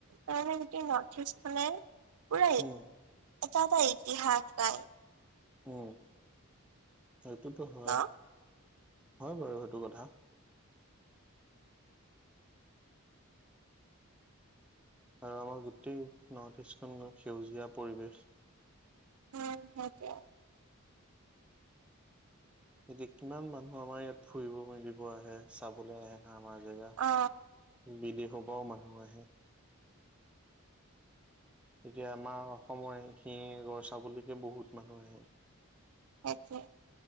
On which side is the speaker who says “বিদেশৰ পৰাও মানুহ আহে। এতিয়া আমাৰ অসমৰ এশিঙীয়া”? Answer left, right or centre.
Centre